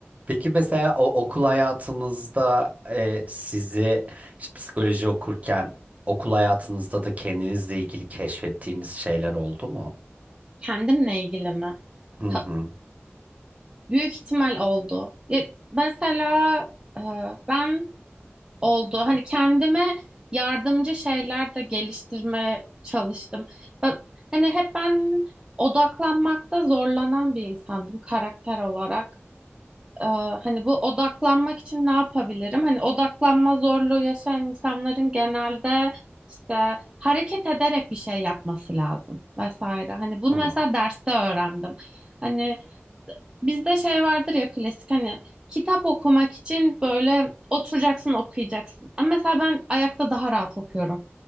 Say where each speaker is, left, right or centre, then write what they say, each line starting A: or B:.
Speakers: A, on the right; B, on the right.
A: Peki mesela o okul hayatınızda e, sizi işte psikoloji okurken okul hayatınızda da kendinizle ilgili keşfettiğiniz şeyler oldu mu?
B: Kendimle ilgili mi?
A: Hı
B: Ta-
A: hı.
B: büyük ihtimal oldu. Ya, mesela e, ben oldu. Hani kendime yardımcı şeyler de geliştirmeye çalıştım. Ben, hani hep ben odaklanmakta zorlanan bir insandım karakter olarak. Ee, hani bu odaklanmak için ne yapabilirim? Hani odaklanma zorluğu yaşayan insanların genelde işte hareket ederek bir şey yapması lazım vesaire. Hani bunu
A: hı.
B: mesela derste öğrendim. Hani Bizde şey vardır ya klasik hani kitap okumak için böyle oturacaksın okuyacaksın. Ama mesela ben ayakta daha rahat okuyorum.